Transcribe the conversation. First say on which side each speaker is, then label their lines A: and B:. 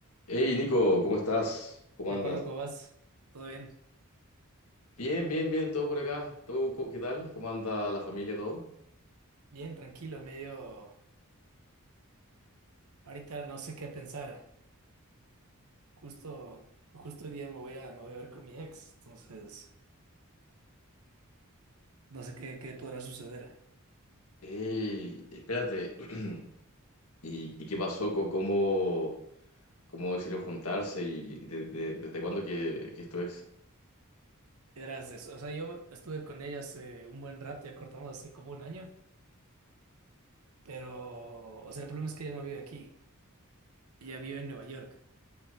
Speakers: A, on the left; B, on the right.
A: Hey Nico, ¿cómo estás? ¿Cómo
B: Hola
A: andas?
B: Pablo, ¿cómo vas? ¿Todo bien?
A: Bien, bien, bien, todo por acá. ¿Todo, co- qué tal? ¿Cómo anda la familia, todo?
B: Bien, tranquilo, medio... Ahorita no sé qué pensar. Justo, justo hoy día me voy a, me voy a ver con mi ex, entonces no sé qué, qué podrá suceder.
A: Hey, espérate. <clears throat> ¿Y, y qué pasó? Co- ¿Cómo, cómo decidieron juntarse? ¿Y de- de- desde cuándo que, que es tu ex?
B: Verás, es- o sea, yo estuve con ella hace un buen rato, ya cortamos hace como un año, pero, o sea, el problema es que ella no vive aquí, ella vive en Nueva York.